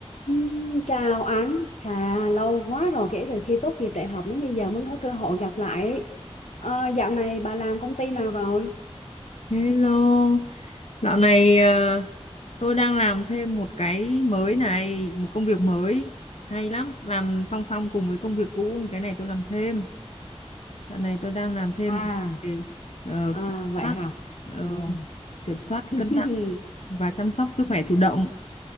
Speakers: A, on the left; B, on the left.
A: Ừm, Chào anh, chà lâu quá rồi kể từ khi tốt nghiệp đại học đến bây giờ mới có cơ hội gặp lại. ấy. Ờ, dạo này bà làm công ty nào rồi?
B: Hello, dạo này ờ, tôi đang làm thêm một cái mới này, một công việc mới hay lắm, làm song song cùng với công việc cũ, cái này tôi làm thêm. Dạo này tôi đang làm thêm
A: À,
B: về ờ,
A: à
B: kiểm
A: vậy
B: soát,
A: hả?
B: ờ,
A: Wow.
B: kiểm soát
A: <laughs>
B: cân nặng và chăm sóc sức khỏe chủ động.